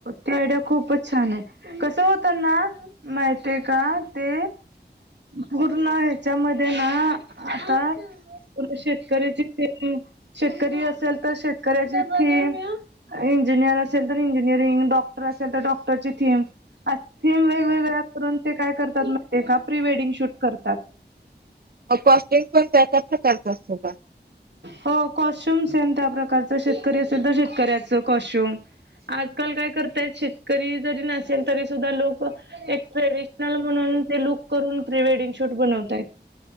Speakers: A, on the right; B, on the right.
A: ती आयडिया खूपच छान आहे. कसं होतं ना माहिती आहे का ते पूर्ण ह्याच्यामध्ये ना आता शेतकऱ्याची थीमशेतकरी असेल, तर शेतकऱ्याची थीम इंजिनिअर असेल तर इंजिनिअरिंग, डॉक्टर असेल तर डॉक्टरची थीम असं थीम वेगवेगळ्या करून ते काय करतात, माहिती आहे का प्री वेडिंग शूट करतात.
B: मग कॉस्ट्युम पण त्या त्या प्रकारचा असतो का?
A: हो कॉस्ट्युम सेम त्या प्रकारच शेतकरी अस शुद्ध शेतकऱ्याच कॉस्ट्युम. आजकाल काय करतायत शेत करी जरी नसेल तरी सुद्धा लोकं एक ट्रेडिशनल म्हणून, ते लुक करून प्री वेडिंग शूट बनवतायत.